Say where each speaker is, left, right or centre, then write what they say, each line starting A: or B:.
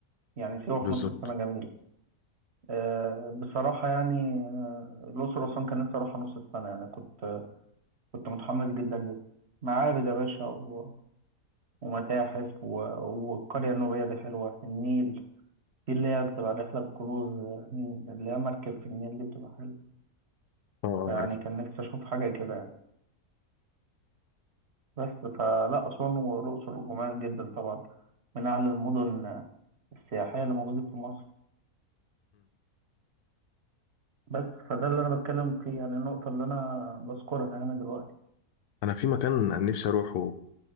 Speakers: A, on the right; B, on the left.
A: يعني سيوة
B: بالظبط
A: في نص السنة جميلة أه بصراحة يعني آه، الأقصر وأسوان كان نفسي أروحها نص السنة يعني كنت كنت متحمس جدا ليها معابد يا باشا و... ومتاحف و... والقرية النوبية دي حلوة النيل دي اللي هي بتبقى رحلة كروز آه، اللي هي مركب في النيل دي بتبقى حلوة
B: اه اه
A: فيعني
B: عارف
A: كان نفسي أشوف حاجة كده يعني بس فلا أسوان والأقصر جمال جدا طبعا من أعلى المدن آه، السياحية اللي موجودة في مصر بس فده اللي انا بتكلم فيه يعني النقطه اللي انا بذكرها يعني دلوقتي
B: انا في مكان نفسي اروحه